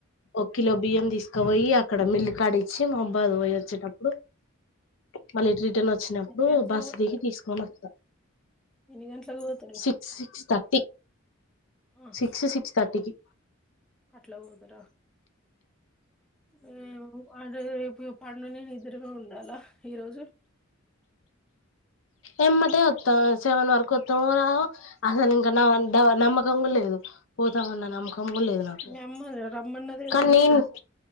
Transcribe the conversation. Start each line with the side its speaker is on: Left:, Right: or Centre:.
Left: ఒక కిలో బియ్యం తీసు. పోయి అక్కడ మిల్లి కాడి ఇచ్చి మాబ్బాదికి పోయి వచ్చేటప్పుడు మళ్ళీ ఇటు రిటన్ ఒచ్ వచ్చినప్పుడు
Centre: ఎన్ని గంటలకు
Left: బస్
Centre: పోతారు
Left: దిగి తీసుకొని అత్త
Centre: ఎన్ని గంటలకు పోతారు
Left: సిక్స్ సిక్స్ థ టి
Centre: ఆహా
Left: సిక్స్ సిక్స్ థర్టీకి.
Centre: అట్లా పోతరా. మేమ్ అంటే రేపు. వాడు నేను ఇద్దరమే ఉండాలా ఈరోజు.
Left: ఏమ్మటే అత్తం సెవన్ వరకు అత్తమో రామో ఆహా ఇంకా నా ద నమ్మకం కూడా లేదు. పోతామన్నా నమ్మకం కూడాలేదు నాకు
Centre: మీ అమ్మ రమ్మన్నదేమోగా
Left: కానీ నేను.